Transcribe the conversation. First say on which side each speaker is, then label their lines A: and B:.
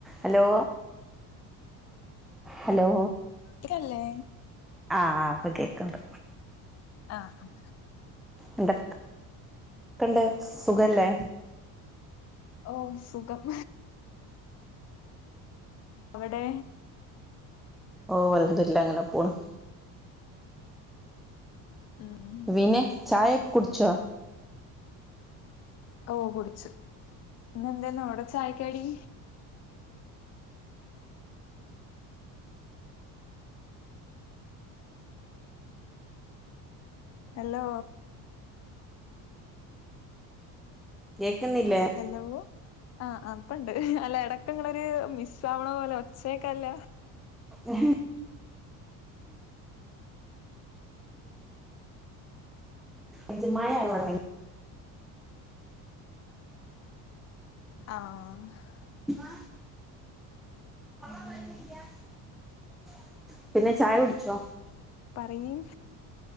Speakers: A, in the centre; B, on the left (about 40°).
A: Hello hello
B: ഇതല്ലേ
A: ആഹ് അപ്പൊ കേക്കണ്ട്
B: ആഹ്
A: എന്തെക്കെണ്ട് സുഖല്ലേ
B: ഓഹ് സുഖം എവടെ
A: ഓഹ് അൽഹംദുലില്ലാഹ് ങ്ങനെ പോണ്
B: ഉം
A: പിന്നെ ചായോക്കെ കുടിച്ചോ
B: ഓഹ് കുടിച്ചു ഇന്നെന്തേന്നു അവിടെ ചായക്കടി ഹലോ
A: കേക്ക്ന്നില്ലേ
B: ഹലോ ആഹ്അപ്പണ്ട് അല്ല ഇടക്ക് ഇങ്ങളെരു മിസ്സ ആവണ പോലെ ഒച്ചേ ക്കാല്ല
A: ഉം ഇച്‌ മായ <unintelligible>
B: ആഹ്
A: മ്മാ <unintelligible> <unintelligible> പിന്നെ ചായ കുടിച്ചോ
B: പറയിം